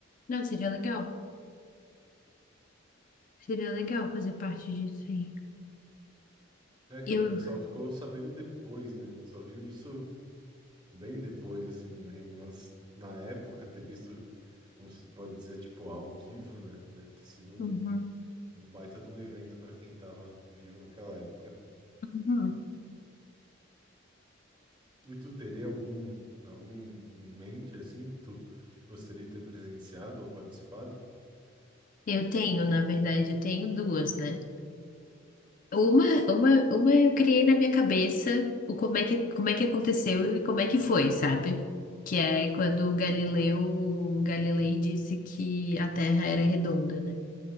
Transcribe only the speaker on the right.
É que
a gente só ficou sabendo depois, né? A gente só viu isso bem depois, assim, né? Mas na época ter visto, como se pode dizer, tipo ao vivo, né? Deve ter sido um,
um baita de um evento para quem tava vivo naquela época.
E tu teria algum algum em mente assim que tu gostaria de ter presenciado ou participado?